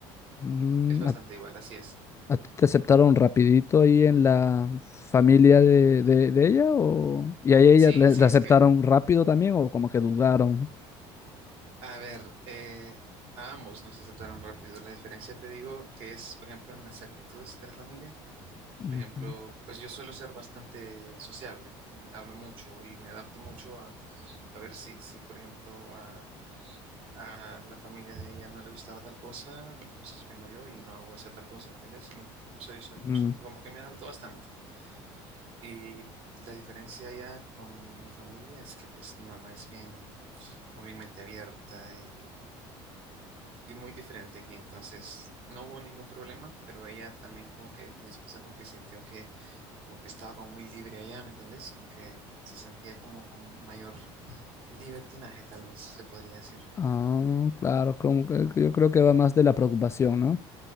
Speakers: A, on the left (about 25°); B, on the right (about 60°).
A: mm,
B: es bastante
A: ¿a
B: igual, así es.
A: ¿A ti te aceptaron rapidito ahí en la familia de, de- de ella? O... ¿Y a ella
B: Sí,
A: le-
B: sí,
A: la
B: es
A: aceptaron
B: que,
A: rápido también o como que dudaron?
B: a ver, eh, a ambos nos aceptaron rápido. La diferencia te digo que es, por ejemplo, en las actitudes de la familia. Por
A: Ujú.
B: ejemplo, pues yo suelo ser bastante sociable, eh, hablo mucho y me adapto mucho a, a ver si, si, por ejemplo, a a la familia de ella no le gustaba tal cosa, entonces vengo yo y no hago esa tal cosa, ¿entendés? Me- soy, soy,
A: Mm.
B: soy- como que me adapto bastante. Y la diferencia ya con mi familia es que pues mi mamá es bien, muy bien mente abierta y, y muy diferente aquí, entonces no hubo ningún problema, pero ella también como que, mi esposa como que sintió que como que estaba como muy libre allá, ¿me entendés? Como que se sentía como con mayor libertinaje, tal vez se podría decir.
A: Ah, claro, como que- que yo creo que va más de la preocupación, ¿no?